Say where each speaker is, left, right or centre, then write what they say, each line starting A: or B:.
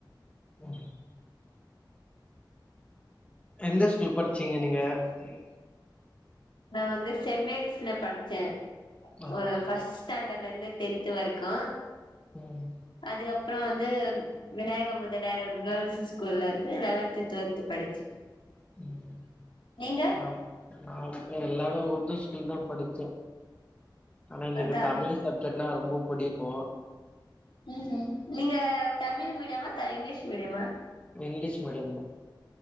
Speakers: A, on the left; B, on the left.
A: ம் எந்த ஸ்கூல் படிச்சீங்க நீங்க? செரி
B: நா வந்து சென் மேரிஸ்ல படிச்சே
A: ஆ
B: ஒ ஃபஸ்டேண்டட் லந்து டென்த் வரைக்கு
A: உம்
B: அதுக்கப்புறொ வந்து விநாயக முதலியார் ஒரு கேள்ஸ்ஸு ஸ்கூல்ல வந்து லெவந்து டுவெல்த்து படிச்சே
A: உம்
B: நீங்க
A: ஆ நா ஏ எல்லாமே உருது ஸ்கூல் தா படிச்சே ஆனா இன்னைக்கு
B: அதா
A: தமிழ் சப்ஜெக்ட் ன்னா ரொம்ப பிடிக்கு
B: ம் ஹ்ம். நீங்க தமிழ் மீடியமா த இங்கிலீஷ் மீடியமா
A: இங்கிலிஷ் மீடியம்தா